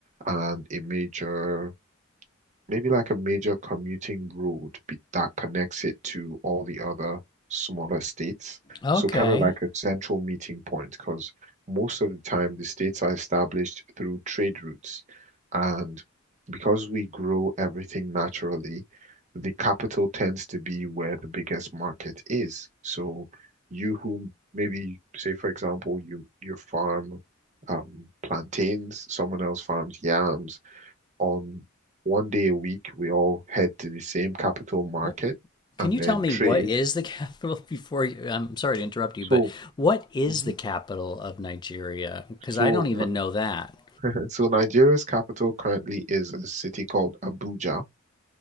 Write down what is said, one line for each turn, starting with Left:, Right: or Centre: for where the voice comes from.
Right: and a major maybe like a major commuting road be that connects it to all the other smaller states.
Left: Okay.
Right: So kind of like a central meeting point, because most of the time the states are established through trade routes. And because we grow everything naturally, the capital tends to be where the biggest market is. So you who maybe say, for example, you you farm um, plantains, someone else farms yams on one day a week, we all head to the same capital market
Left: Well, can
Right: and
Left: you
Right: then
Left: tell me
Right: trade.
Left: what is the <laughs> capital before you, I'm sorry to interrupt you,
Right: So,
Left: but what is
Right: mhm.
Left: the capital of Nigeria? Because
Right: so,
Left: I don't even
Right: Ni-
Left: know that.
Right: <laughs> so Nigeria's capital currently is a city called Abuja.